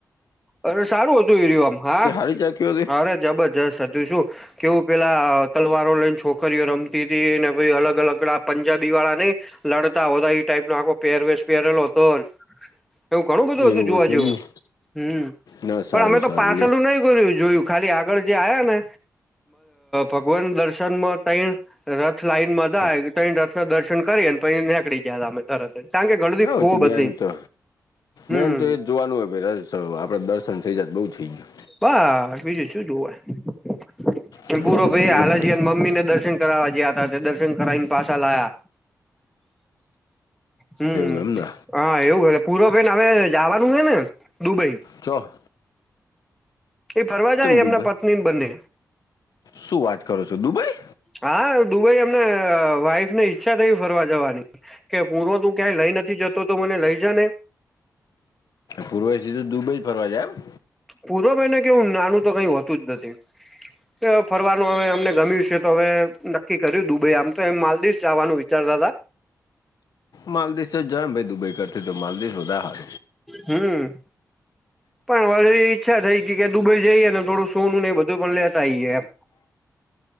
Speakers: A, in the centre; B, on the left.
A: અરે સારું હતું એ રહ્યું આમ હા
B: <unintelligible> ચાકી્યો <unintelligible>
A: અરે જબર જસ હતું શું કેવું પેલા તલવારો લઈને છોકરીઓ રમતી હતી ને પ અલગ અલગ પેલા પંજાબી વાળા નઈ- લડતા હોતા ટાઈપ નો આખો પહેરવેશ પહેરેલો હતો- એવું ઘણું બધું હતું
B: એવું
A: જોવા જેવું
B: એમ ને
A: હમ
B: ના સારું
A: પણ અમે તો
B: સારું
A: પાસેલું
B: લ્યો
A: નહી ગયુ જોયું. ખાલી આગળ જે આ્યા ને ભગવાન દર્શન માં ત રથ લાઈનમાં હતા
B: હા,
A: એ રથ ના દર્શન કરીને પઈ નીકળી ગયા હતા અમે તરત જ કારણ કે ગણધી
B: આવું
A: ખોબ
B: છું મેન
A: હતી
B: તો
A: હમ્મ
B: મેન તો એ જ જોવાનું હોય ભ આપડે દર્શન થઈ જાયત બહુ થઈ જાય
A: બા બીજું શું જોવા
B: હમ,
A: પૂરો ભાઈ હાાલ
B: એ ને
A: જ મમ્મી ને દર્શન કરવાવાજ હતા તે દર્શન કરાવ પાછા લાયા <unintelligible> હમ્મ
B: એવું એમ ને
A: હા એવું પૂરોવબેન હવે જવાનું છે ને દુબઈ
B: છો
A: એ ફરવા જાય
B: તમે દુબઈ
A: એમના પત્નીને બંને
B: શું વાત કરો છો દુબઈ
A: હા દુબઈ અમને વાઈફ ને ઈચ્છા થઈ ફરવા જવાની કે પૂરવ તું ક્યાંય લઈ નથી જતો તો મને લઈ જાને
B: પૂર્વથીધ તો દુબઈ જ ફરવા જાયબ-
A: પૂર્વભાઈ કેવું નાનું તો કઈ હોતું જ નથી- ફરવાનું હવે અમને ગમ્યું છે તો હવે નક્કી કર્યું દુબઈ આમ તો એ માલદીિવસ જવાનું વિચારતા હતા.
B: માલદીસ તો જ જો ભાઈ દુબઈ કરથી તો માલદીિવસધા હાર
A: હમ પણ હ એ ઈચ્છા થઈ કે દુબઈ જઈએ થોડું સોનું ને એ બધું પણ લેતા આઈએ એમ